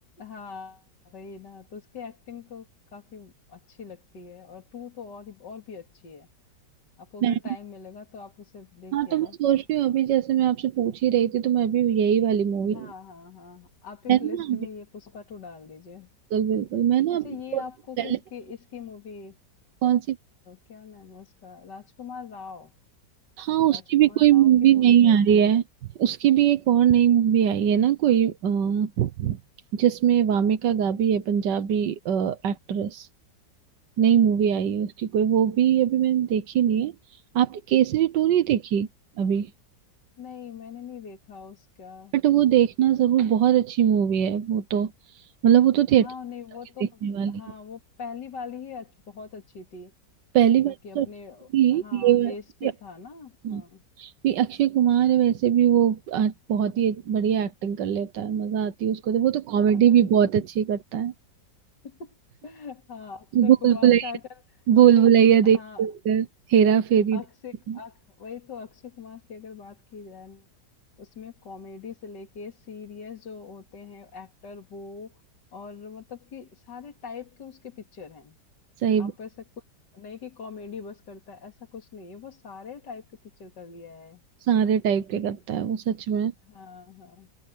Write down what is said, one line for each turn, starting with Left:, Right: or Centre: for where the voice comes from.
Left: हाँ वही ना तो उसकी एक्टिंग तो काफी अच्छी लगती है और टू तो और ही- और भी अच्छी है आपको
Right: मैं
Left: अगर टाइम मिलेगा तो आप उसे देखिएगा
Right: हाँ तो मैं सोच रही हूँ अभी जैसे मैं आपसे पूछ ही रही थी तो मैं अभी यही वाली मूवी
Left: हाँ हाँ हाँ हाँ। आप एक
Right: मैं
Left: लिस्ट
Right: ना
Left: में ये पुष्पा टू डाल दीजिए
Right: बिल्कुल बिल्कुल मैं ना
Left: अच्छा
Right: अभी
Left: ये
Right: थोड़ी
Left: आपको
Right: देर पहले
Left: किसकी इसकी मूवी
Right: कौन सी
Left: क्या नाम है उसका राजकुमार राव
Right: हाँ
Left: राजकुमार
Right: उसकी भी कोई
Left: राव
Right: मूवी
Left: की मूवी
Right: नहीं
Left: कैस
Right: आ रही है उसकी भी एक और नई मूवी आई है ना कोई अ, जिसमें वामिका गाबी है पंजाबी एक्ट्रेस नई मूवी आई है उसकी कोई वो भी अभी मैंने देखी नहीं है आपने केसरी टू नहीं देखी अभी
Left: नहीं मैंने नहीं देखा उसका
Right: बट वो देखना जरूर बहुत अच्छी मूवी है वो तो मतलब वो तो थिएटर
Left: हाँ
Right: में
Left: नहीं वो
Right: जाके
Left: तो
Right: देखने वाली
Left: हाँ
Right: है
Left: वो पहली वाली ही अच्छ, बहुत अच्छी थी
Right: पहली
Left: जो
Right: बार
Left: कि अपने
Right: तो अच्छी
Left: हाँ
Right: थी ये
Left: देश
Right: बात
Left: पे
Right: कि-
Left: था ना हाँ
Right: हाँ, भी अक्षय कुमार है वैसे भी वो आ- बहुत ही बढ़िया एक्टिंग कर लेता है मजा आती है उसको तो वो तो
Left: हाँ
Right: कॉमेडी भी बहुत अच्छी करता है
Left: <laughs> हाँ अक्षय
Right: भूल
Left: कुमार
Right: भुलैया
Left: का अगर
Right: भूल
Left: अ-
Right: भुलैया देखी
Left: हाँ
Right: उधर हेरा फेरी
Left: अक्षय
Right: देखी,
Left: अक वही तो अक्षय कुमार की अगर बात की जाए न, उसमें कॉमेडी से लेके सीरियस जो होते हैं एक्टर वो और मतलब कि सारे टाइप के उसके पिक्चर हैं
Right: सही
Left: आप ऐसा कुछ नहीं कि कॉमेडी बस करता है ऐसा कुछ नहीं है वो सारे टाइप के पिक्चर कर लिया है
Right: सारे टाइप के करता है वो सच में
Left: हाँ हाँ